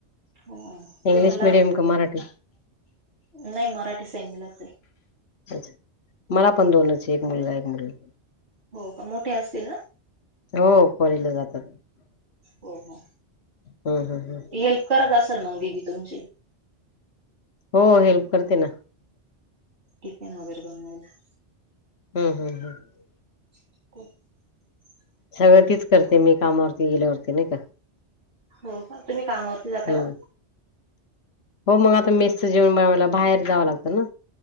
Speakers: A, on the right; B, on the left.
A: हो
B: इंग्लिश
A: तुम्हाला
B: मीडियम का मराठी-
A: नाही मराठी सैनलाच आहे.
B: अच्ा मला पण दोनच एक मुलगा एक मुलगा.
A: हो का मोठे असतील ना.
B: हो पहिलीला जातात.
A: हो हो
B: हम्म हम्म हम्म
A: हेल्प करत अस. ल मगली ती तुमची.
B: हो हेल्प करते ना.
A: टिफिन वगैरे बनवायला.
B: हम्म हम्म हम्म
A: <unintelligible>
B: सगळं तीच करते मी कामावरती गेल्यावरती नाही का?
A: हो का तुम्ही कामावरती जाता
B: हम्म
A: का.
B: हो मग आता मेस्चं जेवण बनवायला बाहेर जावं लागतं ना.